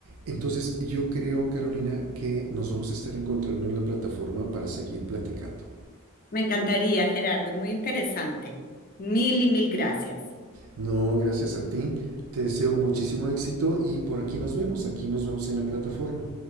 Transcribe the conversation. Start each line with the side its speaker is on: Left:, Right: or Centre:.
Right: Entonces, yo creo, Carolina, que nos vamos a estar encontrando en la plataforma para seguir platicando.
Left: Me encantaría, Gerardo, muy interesante. Mil y mil gracias.
Right: No, gracias a ti. Te deseo muchísimo éxito y por aquí nos vemos. Aquí nos vemos en la plataforma.